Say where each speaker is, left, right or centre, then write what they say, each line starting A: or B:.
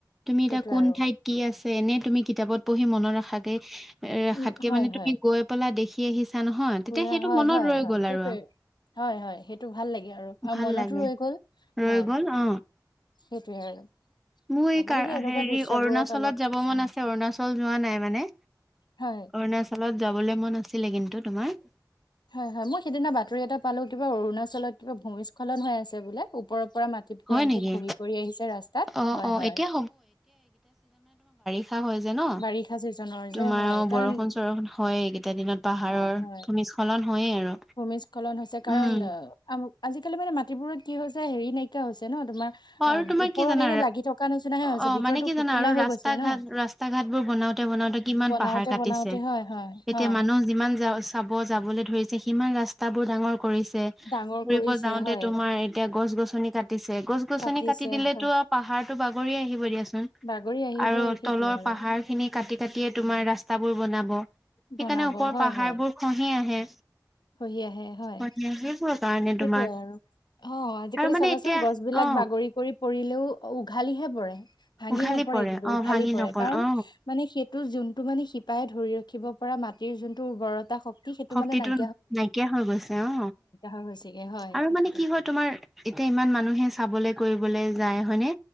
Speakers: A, in the centre; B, on the left (about 80°).
A: তুমি
B: সেইটোৱে
A: এতিয়া কোন
B: আৰু
A: ঠাইত কি আছে এনে তুমি কিতাপত পঢ়ি মনত ৰাখাগে। ৰখাতকে
B: উম হয়
A: মানে তুমি
B: হয়
A: গৈ পেলাই দেখি আহিছা নহয় তেতিয়া
B: পুৰা
A: সেইটো
B: হয়
A: মনত
B: হয়
A: ৰৈ
B: হয়
A: গ'ল
B: সেইটোৱে
A: আৰু।
B: হয়, হয়। সেইটো ভাল লাগে আৰু। বা
A: ভাল
B: মনতো
A: লাগে
B: ৰৈ গল,
A: ৰৈ
B: হয়।
A: গ'ল অ
B: সেইটোৱে আৰু।
A: মোৰ এই
B: যাব লাগে এনেকুৱা
A: হেৰি
B: দৃশ্যবোৰত
A: অৰুণাচলত
B: অলপ
A: যাব
B: হয়
A: মন আছে, অৰুণাচল যোৱা নাই মানে।
B: হয়
A: অৰুণাচলত যাবলৈ মন আছিলে কিন্তু তোমাৰ
B: হয়, হয়। মই সিদিনা বাতৰি এটা পালো কিবা অৰুণাচলত কিবা ভূমিস্খলন হৈ আছে বোলে। ওপ পৰা মাটি পৰা
A: হয়
B: এনেকে
A: নেকি
B: খহি কৰি আহিছে ৰাস্তাত,
A: অ
B: হয়
A: অ
B: হয়।
A: এতিয়া চছা হয় যে ন
B: বাৰিষা ছিজনৰ
A: তোমাৰ
B: যে হয় কাৰণ
A: বৰষুণ চৰষুন হয় এই কেইটা দিনত। পাহাৰৰ
B: হয় হয়
A: ভূমিস্খলন হয়ে আৰু
B: ভূমিস্খলন হৈছে কাৰণ
A: উম
B: অ আজিকালি মানে মাটিবোৰত কি হৈছে হেৰি নাইকিয়া হৈছে ন। তোমাৰ
A: আৰু
B: অ
A: তোমাৰ
B: ওপৰত
A: কি জানা
B: এনে লাগি থকা নিচিনা হে
A: অ
B: হৈছে। ভিতৰতো
A: মানে কি
B: ফুফোলা
A: জানা আৰু
B: হৈ
A: ৰাস্তা
B: গৈছে ন।
A: ঘাট ৰাস্তা ঘাট বোৰ বনাওতে বনাওতে কিমান
B: বনাওতে
A: পাহাৰ কাটিছে
B: বনাওতে হয় হয়
A: এতিয়া
B: হয়
A: মানুহ যিমান যা চাব যাবলৈ ধৰিছে সিমান ৰাস্তাবোৰ ডাঙৰ কৰিছে।
B: ডাঙৰ
A: ফুৰিব
B: কৰিছে
A: যাওঁতে
B: হয়
A: তোমাৰ এতিয়া গছ-গছনি কাটিছে। গছ গছনি
B: কাটিছে
A: কাটি দিলেতো
B: হয়
A: আৰু পাহাৰটো বাগৰি আহিবই দিয়া
B: বাগৰি আহিবই
A: আৰু
B: সেইটোৱে
A: তলৰ
B: আৰু
A: পাহাৰ খিনি কাটি ততিয়ে তোমাৰ ৰাস্তাবোৰ বনাব। সেইকাৰণে
B: বনাব
A: ওপৰৰ
B: হয়
A: পাহাৰবোৰ
B: হয়
A: খহি আহে।
B: খহি আহে হয়।
A: খহি আহে সেইবোৰৰ কাৰণে
B: সেইটোয়ে
A: তোমাৰ
B: আৰু। অ আজিকালি
A: আৰু মানে
B: চাবাচোন
A: এতিয়া
B: গছ বিলাক
A: অ
B: বাগৰি কৰি পৰিলেও উঘালিহে পৰে। ভাঙি
A: উঘালি
B: নপৰে,
A: পৰে
B: কিন্তু
A: অ
B: উঘালি
A: ভাঙি
B: পৰে
A: নপৰে
B: কাৰণ
A: অ
B: মানে সেই টো যোনটো মানে শিপাই ধৰি ৰাখিব পৰা মাটিৰ যোনটো উৰ্বৰতা শক্তি সেইটো
A: শক্তিটো
B: মানে নাই
A: নাইকিয়া হৈ গৈছে, অ।
B: হৈ গৈছেগে হয়
A: আৰু
B: কথাটো
A: মানে কি হয় তোমাৰ এতিয়া ইমান মানুহে চাবলৈ কৰিবলৈ যায় হয়নে।